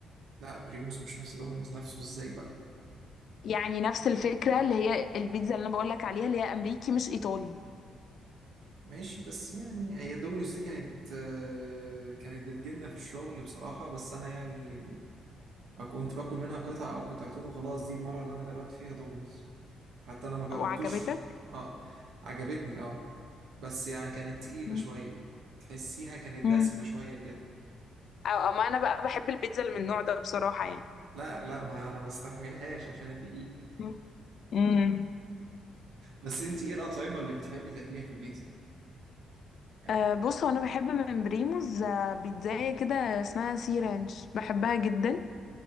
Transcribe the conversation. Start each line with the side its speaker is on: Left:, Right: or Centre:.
Right: لا بريموس مش نفس دومينوز نفسه ازاي بقى
Left: يعني نفس الفكره اللي هي البيتزا اللي انا بقول لك عليها اللي هي امريكي مش ايطالي
Right: ماشي بس يعني هي دومينوز دي كانت آه، كانت بتجيلنا في الشغل بصراحة بس انا يعني كنت باكل منها قطعة او قطعتين وخلاص دي المرة اللي انا جربت فيها دومينوز حتى انا ما جربتوش
Left: وعجبتك
Right: اه عجبتني اه بس يعني كانت تقيلة
Left: مم.
Right: شوية تحسيها كانت
Left: مم.
Right: دسمة شوية كده
Left: او اما انا بقى بحب البيتزا اللي من النوع ده بصراحه يعني
Right: لا لا ما انا ما استحملهاش عشان الدقيق
Left: مم. مم.
Right: بس انت ايه الأطعمة اللي بتحبي تاكليها في البيتزا يعني
Left: أه بص هو انا بحب من بريموز آه، بيتزاية كده اسمها سي رانش بحبها جدا